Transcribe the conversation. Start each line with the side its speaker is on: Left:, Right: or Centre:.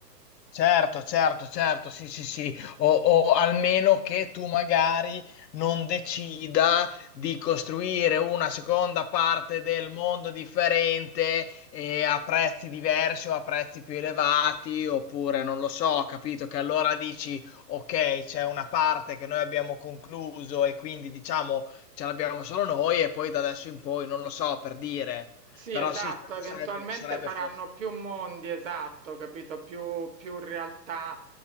Left: Certo, certo, certo, sì, sì, sì, o, o almeno che tu magari non decida di costruire una seconda parte del mondo differente e a prezzi diversi o a prezzi più elevati, oppure non lo so, capito? Che allora dici, ok, c'è una parte che noi abbiamo concluso e quindi diciamo ce l'abbiamo solo noi e poi da adesso in poi, non lo so, per dire,
Right: Sì,
Left: però
Right: esatto,
Left: sì,
Right: eventualmente
Left: sarebbe, sarebbe
Right: faranno
Left: forse.
Right: più mondi, esatto, capito? Più, più realtà